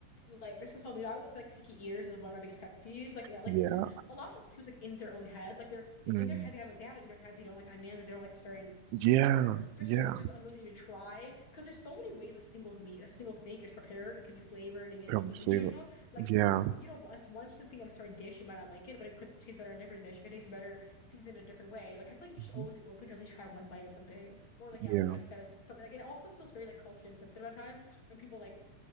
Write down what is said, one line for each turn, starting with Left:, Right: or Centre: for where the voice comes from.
Left: like this is something I was like picky eaters is one of my biggest pet peeves. Like yeah, like
Right: Yeah.
Left: because a lot of times too it's like in their own head. Like they're they
Right: Mm.
Left: in their head they have it they have it in their head they don't like onions or they don't like a certain
Right: Yeah.
Left: whatever. They're
Right: Yeah.
Left: so they're just unwilling to even try because there's so many ways a single meat a single thing is prepared and can be flavored and it
Right: Come
Left: can be like
Right: say
Left: you know like
Right: Yeah.
Left: you know one one specific thing in a certain dish you might not like it but it could taste better in a different dish. It could taste better seasoned a different way. Like I feel like you
Right: Mhm.
Left: should always be open to at least try one bite of something. Or like yeah,
Right: Yeah.
Left: like as you said, it's something like and it also feels very like culturally insensitive at times when people like